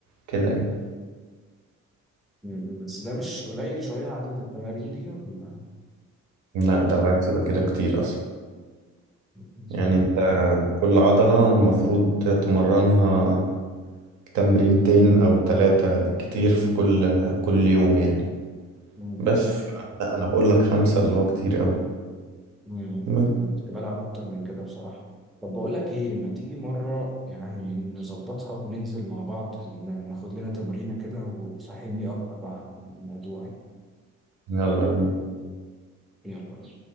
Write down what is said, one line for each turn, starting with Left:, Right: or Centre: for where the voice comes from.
Right: كده يعني
Centre: مم. بس ده مش قليل شوية عدد التمارين دي ولا
Right: لا ده العكس ده كده كتير أصلا
Centre: مم.
Right: يعني أنت كل عضلة المفروض تمرنها تمرينتين أو تلاتة بالكتير في كل كل يوم يعني
Centre: مم.
Right: بس ف- لا أنا بقول لك خمسة اللي هو كتير أوي
Centre: مم.
Right: بس.
Centre: كنت بلعب اكتر من كده بصراحة طب بقول لك ايه ما تيجي مرة يعني نظبطها وننزل مع بعض ن- ناخد لنا تمرينة كده وتفهمني اكتر بقى عن الموضوع يعني.
Right: يلا بينا
Centre: يلا